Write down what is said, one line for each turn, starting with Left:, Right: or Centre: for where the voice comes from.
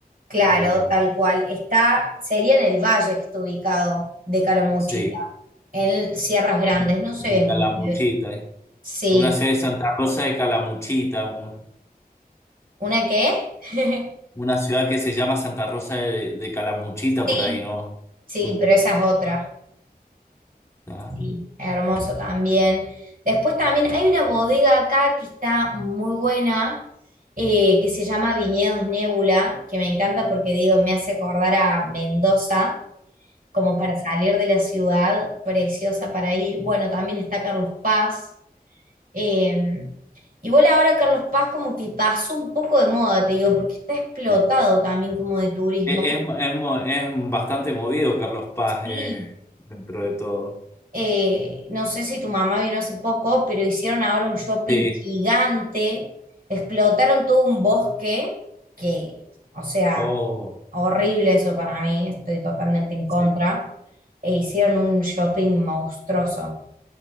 Right: Claro,
Left: En el-
Right: tal cual. Está, sería en el valle que está ubicado de Calamuchita,
Left: sí,
Right: en Sierras Grandes, no sé
Left: en
Right: bien
Left: Calamuchita.
Right: cómo se ve.
Left: eh.
Right: Sí.
Left: En una ciudad de Santa Rosa de Calamuchita, un-
Right: ¿Una qué? <laughs>
Left: una ciudad que se llama Santa Rosa de, de Calamuchita
Right: Sí,
Left: por ahí, ¿no?
Right: sí,
Left: Uy,
Right: pero esa es otra.
Left: ah,
Right: Sí, hermoso también. Después también hay una bodega acá que está muy buena, eh, que se llama Viñedos Nébula, que me encanta porque digo, me hace acordar a Mendoza. como para salir de la ciudad, preciosa para ir. Bueno, también está Carlos Paz. eh, igual ahora Carlos Paz como que pasó un poco de moda, te digo, porque está explotado
Left: <laughs> sí.
Right: también como de turismo.
Left: Es, es, es mo- es bastante movido Carlos Paz
Right: Sí,
Left: eh, dentro de todo.
Right: eh, no sé si tu mamá vino hace poco, pero hicieron ahora un shopping
Left: Sí,
Right: gigante, explotaron todo un bosque, que, o sea,
Left: oh,
Right: horrible eso para mí, estoy totalmente en contra,
Left: sí,
Right: e hicieron un shopping monstruoso.